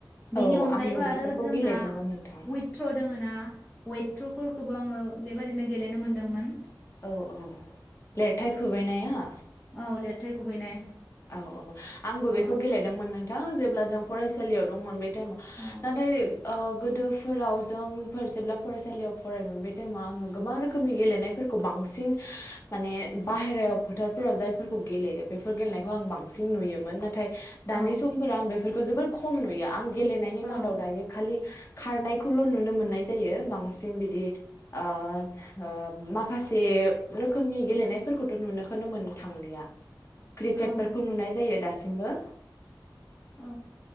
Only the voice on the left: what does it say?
औ
आंबो बेफोरखौ
गेलेदोंमोन नोंथां
औ औ लेरथाय खुबैनाया?
औ औ आंबो बेखौ
गेलेदोंमोन नोंथां जेब्ला जों फरायसालियाव दंमोन बे
नाथाय ओ गोदो फोराव जोंफोर जेब्ला फरायसालियाव फरायोमोन बे टाइमाव आङो गोबां रोखोमनि गेलेनायफोरखौ बांसिन माने बाहेरायाव फोथारफोराव जायफोरखौ गेलेयो। बेफोर गेलेनाय आं बांसिन नुयोमोन नाथाय दानि
समफोराव आं बेफोरखौ जोबोर खम नुयो आं गेलेनायनि
मादाव दायो खालि खारनायखौल नुनो मोननाय जायो। बांसिन बिदि ओ ओ माखासे रोखोमनि गेलेनायफोरखौथ' नुनोखोनो मोन थांलिया। क्रिकेट
फोरफोरखौ नुनाय जायो दासिमबो।